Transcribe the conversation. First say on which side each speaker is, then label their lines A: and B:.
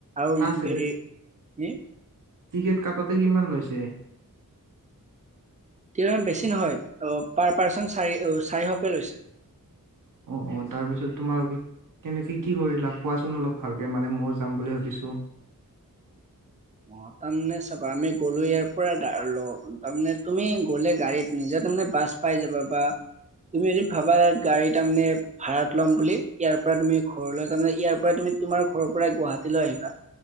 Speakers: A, on the right; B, on the right.
A: আও
B: ফাৰ্ষ্ট
A: হেৰি ই
B: টিকেট কাটোতে কিমান লৈছে?
A: <unintelligible> বেছি নহয়, অ', পাৰ পাৰ্চন চাৰি চাৰিশকে লৈছে।
B: অ', অ', তাৰপিছত তোমাৰ <inaudible> কেনেকে কি কৰিলা, কোৱাচোন অলপ ভালকে, মানে ময়ো যাম বুলি ভাবিছো।
A: অ', তাৰমানে চাব আমি গ'লো ইয়াৰ পৰা দাৰ্ল তাৰমানে তুমি গ'লে গাড়ীত নিজে তাৰমানে বাছ পাই যাবা, বা তুমি যদি ভাবা গাড়ী তাৰমানে ভাড়াত ল'ম বুলি, ইয়াৰ পৰা তুমি ঘৰলৈ তাৰমানে ইয়াৰ পৰা তুমি তোমাৰ ঘৰৰ পৰাই গুৱাহাটীলৈ আহিবা,